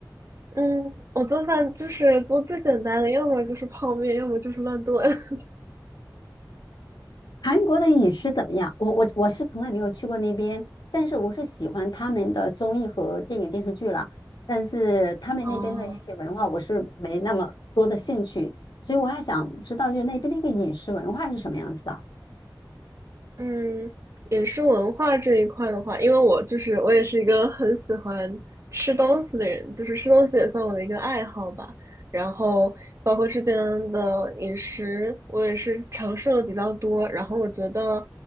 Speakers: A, on the right; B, on the left.
A: 嗯，我做饭就是做最简单的，要么就是泡面，要么就是乱炖。<laughs>
B: 韩国的饮食怎么样？我我我是从来没有去过那边，但是我是喜欢他们的综艺和电影电视剧了，但是他们那边的一些文化，
A: 哦，
B: 我是没那么多的兴趣，所以我还想知道，就是那边的一个饮食文化是什么样子的
A: 嗯，饮食文化这一块的话，因为我就是我也是一个很喜欢吃东西的人，就是吃东西也算我的一个爱好吧。然后包括这边的饮食，我也是尝试了比较多。然后我觉得